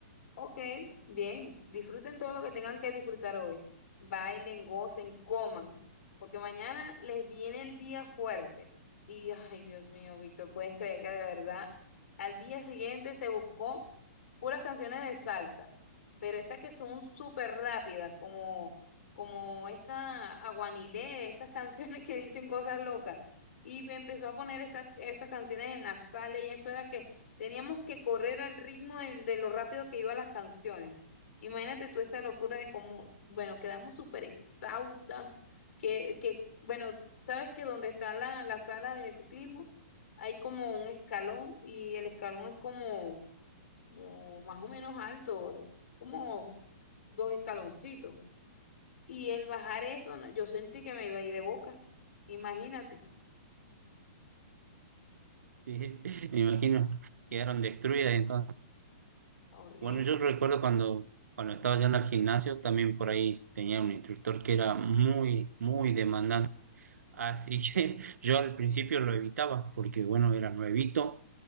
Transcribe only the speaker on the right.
Sí, <laughs> me imagino, quedaron destruidas entonces.
Bueno, yo recuerdo cuando, cuando estaba yendo al gimnasio, también por ahí tenía un instructor que era muy, muy demandante. Así que <laughs> yo al principio lo evitaba porque, bueno, era nuevito